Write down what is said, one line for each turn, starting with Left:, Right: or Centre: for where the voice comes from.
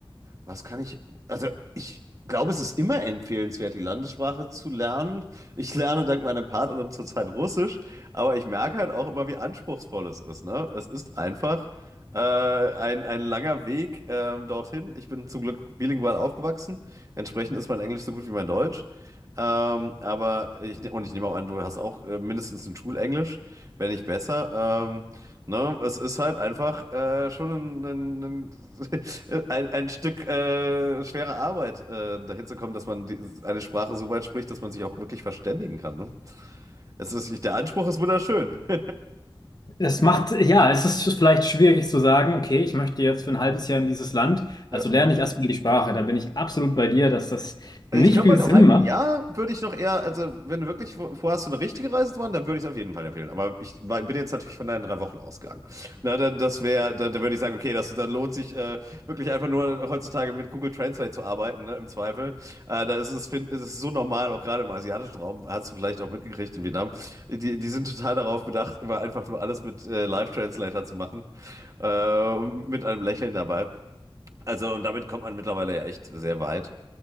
Right: was kann ich. Also, ich glaube, es ist immer empfehlenswert, die Landessprache zu lernen. Ich lerne dank meiner Partnerin zurzeit Russisch, aber ich merke halt auch immer, wie anspruchsvoll es ist, ne? Es ist einfach. Äh, ein, ein langer Weg ähm, dorthin. Ich bin zum Glück bilingual aufgewachsen. Entsprechend ist mein Englisch so gut wie mein Deutsch. Ähm, aber ich, ne- und ich nehme auch an, du hast auch äh, mindestens ein Schulenglisch, wenn nicht besser. Ähm, ne? Es ist halt einfach äh, schon ein, ein, ein, <laughs> ein ein Stück äh, schwere Arbeit, äh, dahin zu kommen, dass man die, eine Sprache so weit spricht, dass man sich auch wirklich verständigen kann. Ne? Es ist, der Anspruch ist wunderschön. <laughs>
Left: Es macht, ja, es ist vielleicht schwierig zu sagen, okay, ich möchte jetzt für ein halbes Jahr in dieses Land,
Right: Ja.
Left: also lerne ich erstmal die Sprache. Da bin ich absolut bei dir, dass das
Right: Also
Left: nicht
Right: ich glaube,
Left: viel
Right: bei
Left: Sinn
Right: einem halben
Left: macht.
Right: Jahr würde ich noch eher, also wenn du wirklich vor- vorhast, so eine richtige Reise zu machen, dann würde ich es auf jeden Fall empfehlen. Aber ich war, bin jetzt natürlich von deinen drei Wochen ausgegangen. Na, dann, das wäre, dann, dann würde ich sagen, okay, das, dann lohnt sich äh, wirklich einfach nur heutzutage mit Google Translate zu arbeiten, ne, im Zweifel. Äh, da ist es, fin- ist es so normal, auch gerade im asiatischen Raum, hast du vielleicht auch mitgekriegt in Vietnam. Die, die sind total darauf bedacht, immer einfach nur alles mit äh, Live-Translator zu machen. Äh, mit einem Lächeln dabei. Also, und damit kommt man mittlerweile ja echt sehr weit.